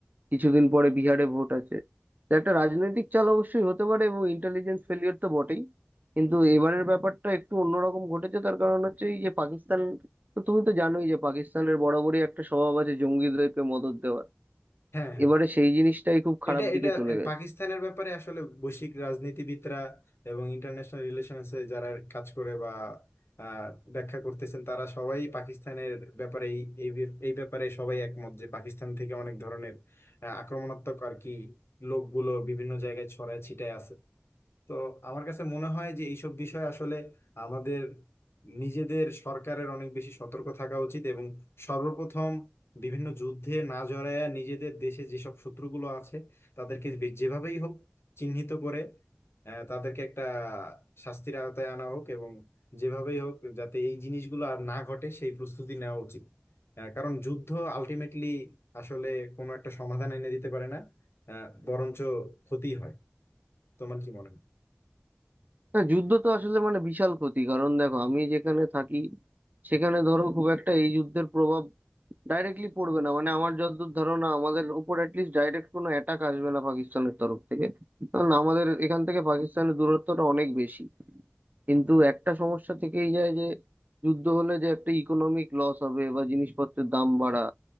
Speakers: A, on the right (about 45°); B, on the left (about 75°).
A: কিছুদিন পরে বিহারে ভোট আছে তো একটা রাজনৈতিক চাল অবশ্যই হতে পারে এবং ইন্টেলিজেন্স ফেলিয়ার তো বটেই কিন্তু এবারের ব্যাপারটা একটু অন্যরকম ঘটেছে তার কারণ হচ্ছে এই যে পাকিস্তান তো তুমি তো জানোই যে পাকিস্তানের বরাবরই একটা স্বভাব আছে জঙ্গিদেরকে মদদ দেওয়ার
B: হ্যাঁ হ্যাঁ
A: এবারে সেই জিনিসটাই খুব খারাপ
B: এটা
A: দিকে
B: এটা
A: চলে
B: আহ,
A: গেছে
B: পাকিস্তানের ব্যাপারে আসলে বৈশ্বিক রাজনীতিবিদরা এবং ইন্টারন্যাশনাল রিলেশনসে যারা কাজ করে বা আহ, ব্যাখ্যা করতেছেন তারা সবাই পাকিস্তানের ব্যাপারে এই এই ব্যাপ- এই ব্যাপারে সবাই একমত যে পাকিস্তান থেকে অনেক ধরনের আহ, আক্রমণাত্মক আর কি লোকগুলো বিভিন্ন জায়গায় ছড়ায় ছিটায় আছে তো আমার কাছে মনে হয় যে এইসব বিষয়ে আসলে আমাদের নিজেদের সরকারের অনেক বেশি সতর্ক থাকা উচিত এবং সর্বপ্রথম বিভিন্ন যুদ্ধে না জড়ায় নিজেদের দেশে যেসব শত্রুগুলো আছে তাদেরকে বে- যেভাবেই হোক চিহ্নিত করে আহ, তাদেরকে একটা শাস্তির আওতায় আনা হোক এবং যেভাবেই হোক যাতে এই জিনিসগুলো আর না ঘটে সেই প্রস্তুতি নেওয়া উচিত আহ, কারণ যুদ্ধ আলটিমেটলি আসলে কোনো একটা সমাধান এনে দিতে পারে না আহ, বরঞ্চ ক্ষতি হয় তোমার কি মনে হয়
A: না যুদ্ধ তো আসলে মানে বিশাল ক্ষতি কারণ দেখো আমি যেখানে থাকি সেখানে ধরো খুব একটা এই যুদ্ধের প্রভাব ডাইরেক্টলি পড়বে না মানে আমার যতদূর ধারণা আমাদের উপর অ্যাটলিস্ট ডাইরেক্ট কোনো অ্যাটাক আসবে না পাকিস্তানের তরফ থেকে কারণ আমাদের এখান থেকে পাকিস্তানের দূরত্বটা অনেক বেশি কিন্তু একটা সমস্যা থেকেই যায় যে যুদ্ধ হলে যে একটা ইকোনমিক লস হবে বা জিনিসপত্রের দাম বাড়া